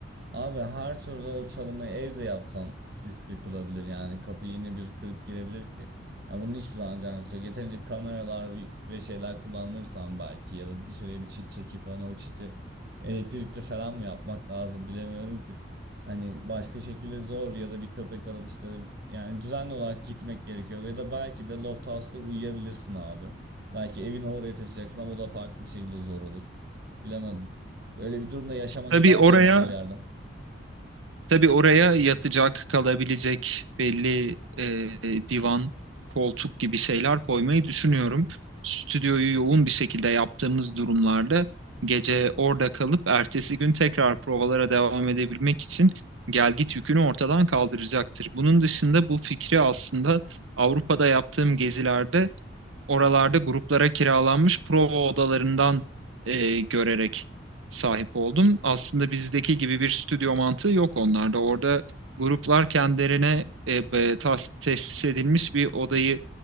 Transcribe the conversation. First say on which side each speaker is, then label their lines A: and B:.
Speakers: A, on the right; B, on the right.
A: Abi her türlü o çalımı evde yapsan riskli kılabilir yani kapıyı yine bir kırıp girebilir ki. Yani bunun hiçbir zaman garantisi yok. Yeterince kameralar ve şeyler kullanırsan belki ya da dışarıya bir çit çekip hani o çiti elektrikli falan mı yapmak lazım bilemiyorum ki. Hani başka şekilde zor ya da bir köpek alıp işte yani düzenli olarak gitmek gerekiyor ya da belki de loft house'da uyuyabilirsin abi. Belki evini oraya taşıyacaksın ama o da farklı bir şekilde zor olur. Bilemedim. Öyle bir durumda yaşamak
B: Tabii
A: ister
B: oraya
A: miydin öyle bir yerde?
B: Tabii oraya yatacak, kalabilecek belli e, divan, koltuk gibi şeyler koymayı düşünüyorum. Stüdyoyu yoğun bir şekilde yaptığımız durumlarda gece orada kalıp ertesi gün tekrar provalara devam edebilmek için gelgit yükünü ortadan kaldıracaktır. Bunun dışında bu fikri aslında Avrupa'da yaptığım gezilerde oralarda gruplara kiralanmış prova odalarından e, görerek sahip oldum. Aslında bizdeki gibi bir stüdyo mantığı yok onlarda. Orada gruplar kendilerine e, e, tas- tesis edilmiş bir odayı